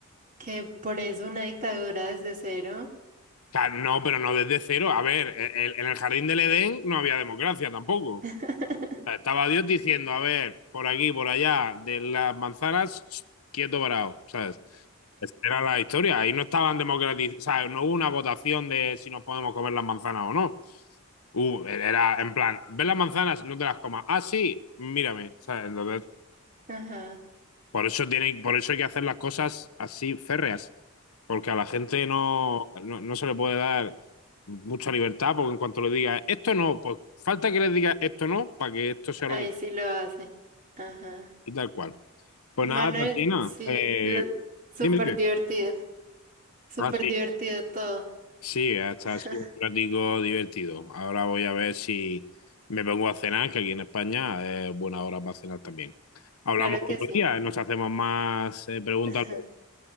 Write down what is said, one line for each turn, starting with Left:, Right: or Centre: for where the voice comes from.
Right: Que por eso una dictadura desde cero.
Left: sea, no, pero no desde cero. A ver, el- el- en el jardín del Edén no había democracia tampoco.
Right: <laughs>
Left: Estaba Dios diciendo, a ver, por aquí, por allá, de las manzanas, quieto parado, ¿sabes? Esa era la historia. Ahí no estaban democratizados, sabes no hubo una votación de si nos podemos comer las manzanas o no. Uh, era en plan, ¿ves las manzanas? No te las comas. Ah, sí, mírame. ¿sabes? Entonces,
Right: Ajá.
Left: por eso tiene, por eso hay que hacer las cosas así férreas, porque a la gente no, no, no se le puede dar mucha libertad, porque en cuanto le diga esto no, pues falta que le diga esto no, para que esto sea
Right: Ahí
Left: lo que
Right: sí lo hacen. Ajá.
Left: y tal cual. Pues
Right: Manuel,
Left: nada, Tatiana,
Right: sí,
Left: eh,
Right: lo- súper
Left: dime, dime.
Right: divertido. Súper
Left: Ah, sí,
Right: divertido todo.
Left: sí, hasta
Right: <laughs>
Left: ha sido un ratico divertido. Ahora voy a ver si me pongo a cenar, que aquí en España es buena hora para cenar también. Hablamos
Right: Claro
Left: otro
Right: que sí.
Left: día, nos hacemos más eh, preguntas.
Right: <laughs>
Left: luego.